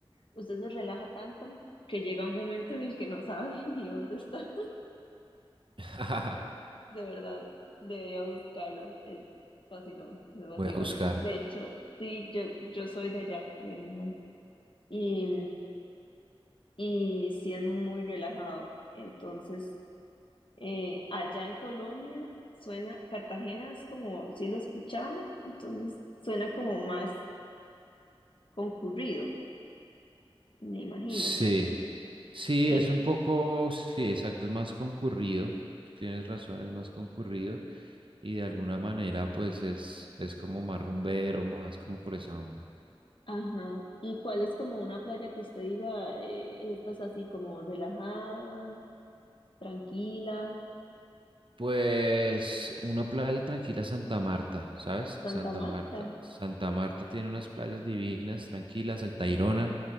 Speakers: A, on the left; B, on the right.
A: Usted se relaja tanto que llega un momento en el que no sabe <laughs> ni dónde está.
B: <laughs>
A: De verdad, debería buscarlo. Es vacilón, es vacilón.
B: Voy a buscar.
A: De hecho, sí, yo, yo soy de allá, de Limón, y, y sí es muy relajado. Entonces, eh, allá en Colombia suena, Cartagena es como, sí lo escuchaban, entonces suena como más concurrido me imagino.
B: Sí, sí,
A: Y,
B: es un poco, sí, exacto, es más concurrido, tú tienes razón, es más concurrido y de alguna manera pues es, es como más rumbero, más como por esa onda.
A: ajá, ¿y cuál es como una playa que usted diga, eh, esta es así como relajada, tranquila?
B: Pues una playa tranquila, Santa Marta, ¿sabes?
A: Santa
B: Santa
A: Marta.
B: Marta. Santa Marta tiene unas playas divinas, tranquilas, el Tayrona,